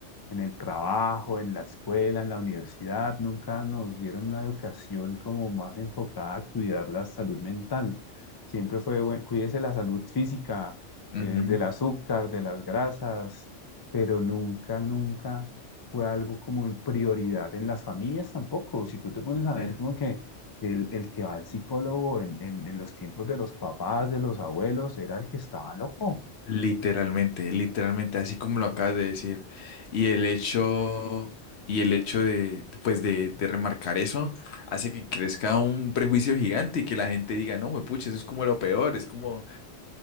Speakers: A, on the left (about 35°); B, on the left (about 65°).
A: En el trabajo, en la escuela, en la universidad, nunca nos dieron una educación como más enfocada a cuidar la salud mental. Siempre fue, "Bueno, cuídese la salud física,
B: Ujú,
A: eh, del azúcar, de las grasas, pero nunca, nunca fue algo como en prioridad en las familias tampoco. Si tú te pones a ver
B: sí.
A: como que el, el que va al psicólogo en, en en los tiempos de los papás, de los abuelos, era el que estaba loco.
B: Literalmente, literalmente, así como lo acabas de decir. Y el hecho, y el hecho de, pues de, de remarcar eso hace que crezca un prejuicio gigante y que la gente diga, no, pucha, eso es como lo peor, es como,